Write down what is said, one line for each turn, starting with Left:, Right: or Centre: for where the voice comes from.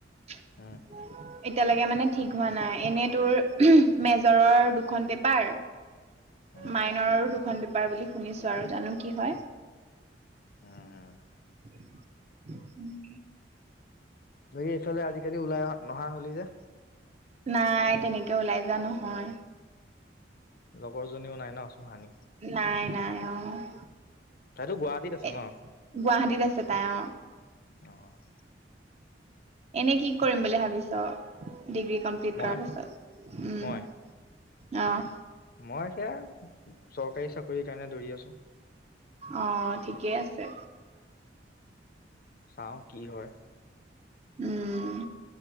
Right: এতিয়ালৈকে
Left: উম,
Right: মানে ঠিক হোৱা নাই। এনেই তোৰ মেজৰৰ দুখন পেপাৰ
Left: উম,
Right: মাইনৰৰো দুখন পেপাৰ বুলি শুনিছো আৰু, জানো কি হয়।
Left: উম।
Right: ন নেকি <unintelligible>
Left: বাকি এইফালে আজিকালি ওলাই নহা হলি যে?
Right: নাই তেনেকে ওলাই যোৱা নহয়।
Left: লগৰজনীও নাই ন? চহানী।
Right: নাই নাই অ'।
Left: তাইতো গুৱাহাটীত আছে
Right: এ
Left: ন?
Right: গুৱাহাটীত আছে তাই অ।
Left: অ'।
Right: এনে কি কৰিম বুলি ভাবিছ? ডিগ্ৰী কমপ্লিট
Left: মই
Right: কৰাৰ পিছত, উম,
Left: মই
Right: অ'।
Left: মই সেয়া চৰকাৰী চাকৰি কাৰণে দৌৰি আছো।
Right: অ' ঠিকেই আছে।
Left: চাওঁ কি হয়!
Right: উম।